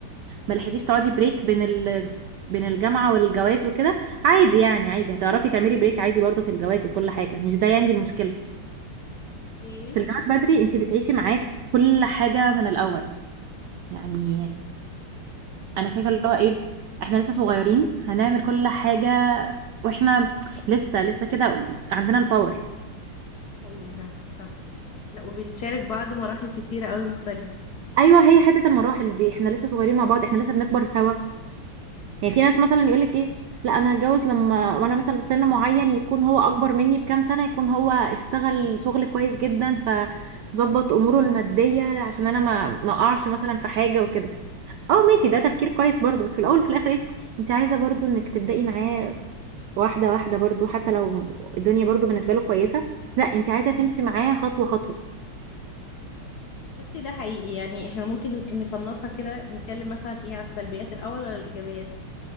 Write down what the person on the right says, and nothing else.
ما لحقتيش تقعدي بريك بين ال... بين الجامعة والجواز وكده عادي يعني عادي هتعرفي تعملي بريك عادي برضه في الجواز وكل حاجة مش ده يعني المشكلة
في الجواز بدري انت بتعيشي معاه كل حاجة من الأول يعني أنا شايفة اللي هو إيه احنا لسه صغيرين هنعمل كل حاجة واحنا لسه لسه كده عندنا الباور
ايوه هي حته المراحل دي احنا لسه صغيرين مع بعض احنا لسه بنكبر سوا يعني في ناس مثلا يقول لك ايه لا انا هتجوز لما وانا مثلا في سن معين يكون هو اكبر مني بكام سنه يكون هو اشتغل شغل كويس جدا فظبط اموره الماديه عشان انا ما ما اقعش مثلا في حاجه وكده اه ماشي ده تفكير كويس برضو بس في الاول وفي الاخر ايه انت عايزه برضو انك تبدأي معاه واحده واحده برضو حتى لو الدنيا برضو بالنسبه له كويسه لا انت عايزه تمشي معاه خطوه خطوه